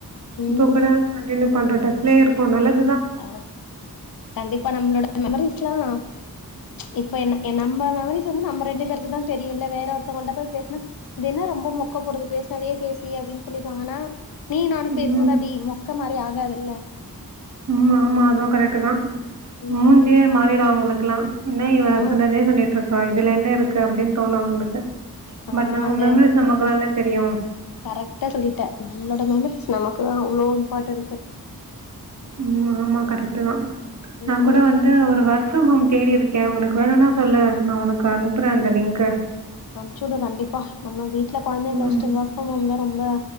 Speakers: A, on the left; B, on the right.
A: ம்
B: ப்போ கூட கண்டினியூ பண்ற டக் லே இருக்கு நல்லது
A: அ கண்டிப்பா நம்மளோட மெமரிஸ்லா ப்ச் இப்ப என் என்ன நம்ம மெமரீஸ் வந்து நம்ம ரெண்டு பேருக்குதா தெரியுல்ல வேற ஒருத்தவங்கள்ட்ட போய் பேசுனா இது என்ன ரொம்ப மொக்கப்போடுது பேசினதே பேசி அப்படின்னு சொல்லிடுவாங்கனா நீ நானும்
B: ம்.
A: பேசும்போது அப்படி மொக்க மாரி ஆகு ஆகாதுல
B: ம் மாமா அதுவு கரெக்ட்தா
A: ம்
B: மூஞ்சியே மாறிடு அவங்களுக் க்லா என்ன இவ
A: ஆ
B: சொன்னதே சொல்லிட்டு இருக் ஆ இதுல என்ன இருக்கு அப்டின் தோணு உங்களுக்கு
A: ஆ
B: பட் நம்ம
A: அந்த
B: மெமரிஸ் நம்மக்கு தான தெரியு
A: கரெக்டா சொல்லிட்ட நம்ளோட மெமரிஸ் நமக்கு தா எவ்ளோ இம்பார்டருட்ட்
B: ம் ஆமா கரெக்ட்டு தா
A: ம்
B: நா கூட வந்து ஒரு வா <unintelligible> தேடிருக்கே ஒனக்கு வேணுனா சொல்லு நா ஒனக்கு அனுப்றே அந்த லிங்க்கு
A: அனுப்சிவுடு கண்டிப்பா நம்ம வீட்ல கொழந்தைங்கல
B: ம்.
A: வச்சிட்டு ஒர்க் ஃப்ரம் ஹோம் தா ரொம்ப